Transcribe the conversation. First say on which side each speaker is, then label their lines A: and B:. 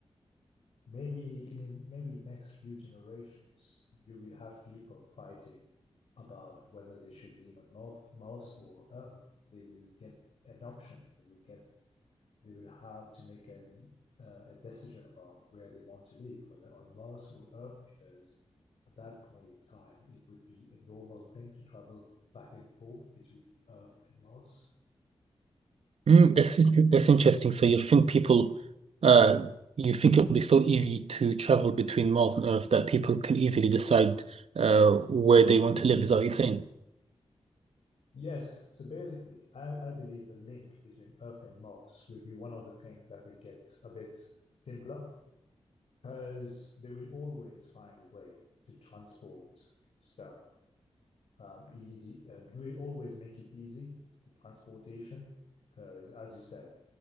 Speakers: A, on the left; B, on the right.
A: maybe in maybe next few generations you will have people fighting about whether they should live on North, Mars or Earth. They will get an option. They will get. They will have to make an uh, a decision about where they want to live, whether on Mars or Earth, because at that point in time it would be a normal thing to travel back and forth between Earth and Mars.
B: Mm, that's in- that's interesting. So you think people, uh, you think it'll be so easy to travel between Mars and Earth that people can easily decide uh where they want to live? Is that what you're saying?
A: Yes, so basically, I, I believe the link between Earth and Mars will be one of the things that will get a bit simpler because they will always find a way to transport stuff um, easy. Uh, we'll always make it easy, the transportation, because as you said,